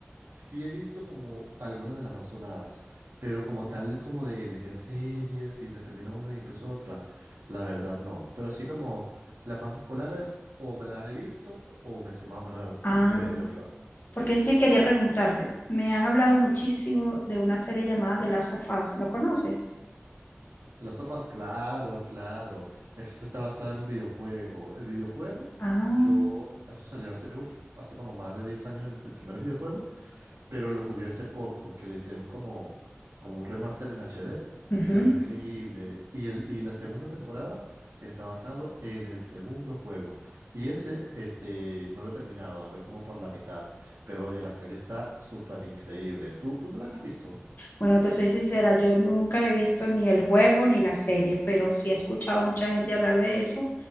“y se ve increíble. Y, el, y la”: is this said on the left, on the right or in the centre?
Right